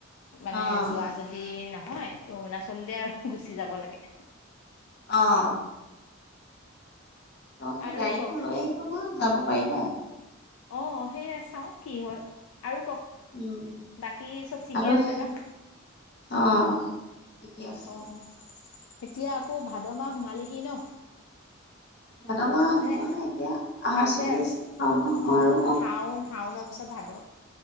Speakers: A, on the left; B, on the left.
A: মানে
B: অ',
A: যোৱা যদি ন নহয় ত অৰুণাচল দ আৰু গুচি যাব লাগে।
B: অ'। অ' আকৌ
A: আৰু
B: গাড়ীখন
A: কওক
B: লৈ আহিব ন যাব পাৰিবা।
A: অ', সেয়া চাওঁ কি হয়, আৰু কওক,
B: উম,
A: বাকী চব ঠিকেই
B: আৰু
A: আছে
B: সেই
A: ন।
B: অ', ঠিকে আছে।
A: অ', এতিয়া আকৌ ভাদ মাহ সোমালেহি ন।
B: ভাদ মাহ
A: মানে
B: সোমোৱা নাই এতিয়া আহাৰ
A: আছে
B: চলি
A: আৰু
B: শাওণ মাহ সোমোৱা
A: অ'
B: আৰু
A: হাওন হাওনৰ পিছত ভাদ,